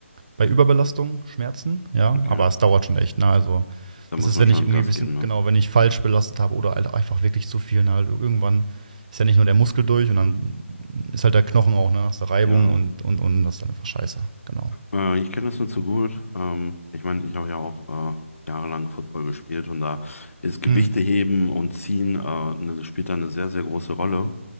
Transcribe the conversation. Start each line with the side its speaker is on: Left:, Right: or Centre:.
Right: bei Überbelastung Schmerzen, ja,
Left: Okay.
Right: aber es dauert schon echt, ne? Also
Left: Da
Right: das
Left: muss
Right: ist,
Left: man
Right: wenn
Left: schon
Right: ich irgendwie
Left: Gas
Right: ein bisschen,
Left: geben dann.
Right: genau, wenn ich falsch belastet habe oder halt einfach wirklich zu viel, ne? Also irgendwann ist ja nicht nur der Muskel durch und dann ist halt der Knochen auch, ne? Hast du Reibung
Left: Ja.
Right: und, und, und das ist dann einfach scheiße, genau.
Left: Äh, ich kenne das nur zu gut. Ähm, ich meine, ich habe ja auch äh, jahrelang Football gespielt und da ist Gewichte
Right: Hm,
Left: heben und ziehen äh, ne, spielt da eine sehr, sehr große Rolle.